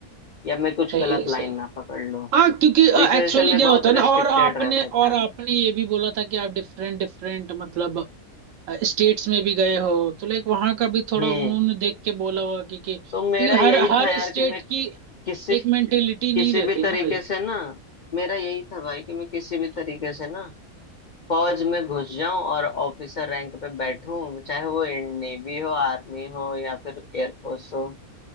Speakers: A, on the left; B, on the right.
A: या मैं कुछ
B: सही
A: गलत
B: है सही
A: लाइन
B: है।
A: ना पकड़ लूं तो
B: हाँ क्योंकि
A: इस वजह
B: एक्चुअली
A: से मैं
B: क्या
A: बहुत
B: होता है ना
A: रेस्ट्रिक्टेड
B: और आपने
A: रहता था
B: और आपने ये भी बोला था कि आप डिफरेंट डिफरेंट मतलब स्टेट्स में भी गए हो तो लाइक वहां का भी थोड़ा
A: हम्म
B: उन्होंने देख के बोला होगा कि, कि
A: तो मेरा
B: क्योंकि
A: यही
B: हर हर
A: था यार
B: स्टेट
A: कि मैं
B: की
A: किसी
B: एक मेंटेलिटी नहीं
A: किसी
B: रहती
A: भी तरीके
B: ना भाई
A: से ना मेरा यही था भाई कि मैं किसी भी तरीके से ना फौज में घुस जाऊं और ऑफिसर रैंक पे बैठूं चाहे वो नेवी हो आर्मी हो या फिर एयरफोर्स हो